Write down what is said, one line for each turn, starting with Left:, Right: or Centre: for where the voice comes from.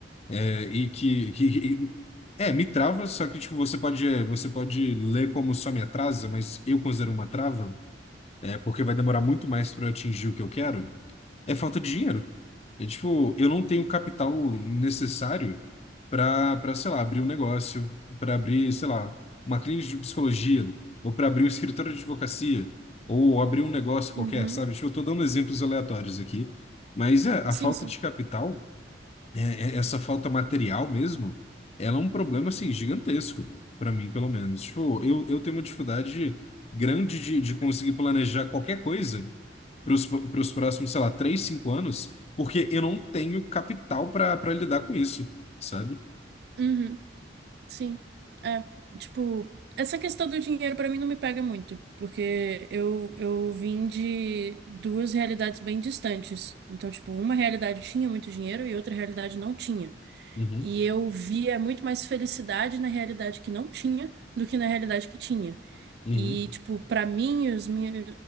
Left: é, e que, que- é, me trava, só que, tipo, você pode, é, você pode ler como só me atrasa, mas eu considero uma trava, é, porque vai demorar muito mais para eu atingir o que eu quero, é falta de dinheiro. É tipo, eu não tenho capital necessário para, para, sei lá, abrir um negócio, para abrir, sei lá, uma clínica de psicologia, ou para abrir um escritório de advocacia, ou abrir um negócio qualquer,
Right: Uhum.
Left: sabe? Tipo, eu tô dando exemplos aleatórios aqui, mas é, a
Right: Sim,
Left: falta
Right: sim.
Left: de capital é- é- essa falta material mesmo, ela é um problema assim gigantesco para mim, pelo menos. Tipo, eu, eu tenho uma dificuldade grande de, de conseguir planejar qualquer coisa para os próximos, sei lá, três cinco anos, porque eu não tenho capital para para lidar com isso, sabe?
Right: Uhum. Sim, é, tipo, essa questão do dinheiro pra mim não me pega muito, porque eu, eu vim de duas realidades bem distantes. Então, tipo, uma realidade tinha muito dinheiro e outra realidade não tinha.
Left: Uhum,
Right: E eu via muito mais felicidade na realidade que não tinha do que na realidade que tinha.
Left: uhum,
Right: E, tipo, pra mim, os minha,